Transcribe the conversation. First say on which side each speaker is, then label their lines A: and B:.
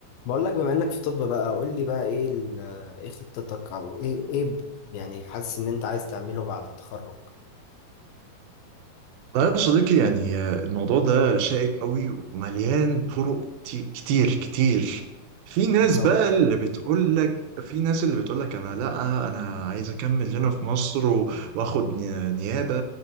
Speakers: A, on the left; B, on the right.
A: بقول لك بما انك في طب بقى قول لي بقى ايه ال- ايه خطتك او ايه ايه ب- يعني حاسس ان انت عايز تعمله بعد التخرج
B: طيب يا صديقي يعني آه، الموضوع ده شائك قوي ومليان طرق كتي- كتير كتير في ناس
A: بالظبط
B: بقى اللي بتقول لك في ناس اللي بتقول لك انا لا انا عايز اكمل هنا في مصر و- واخد ني- نيابة